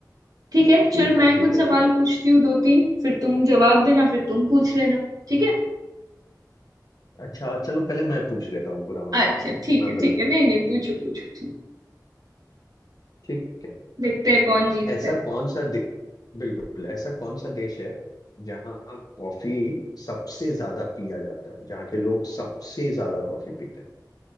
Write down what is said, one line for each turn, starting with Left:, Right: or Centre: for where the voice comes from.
Right: ठीक है चल
Left: ठीक
Right: मैं
Left: है ठीक
Right: कुछ
Left: है
Right: सवाल
Left: ठीक
Right: पूछती हूँ दो तीन फिर तुम जवाब देना फिर तुम पूछ लेना ठीक है
Left: है अच्छा चलो पहले मैं पूछ लेता हूँ बुरा मत
Right: अच्छा
Left: मानना
Right: ठीक
Left: मैं
Right: है
Left: पहले
Right: ठीक है
Left: पूछ
Right: नहीं
Left: रहा
Right: नहीं
Left: हूं।
Right: पूछो पूछो ठीक
Left: ठीक है
Right: देखते हैं कौन जीतता
Left: ऐसा
Right: है
Left: कौन सा दे... बिल्कुल ऐसा कौन सा देश है जहाँ कॉफी सबसे ज्यादा पिया जाता है जहाँ के लोग सबसे ज्यादा कॉफी पीते हैं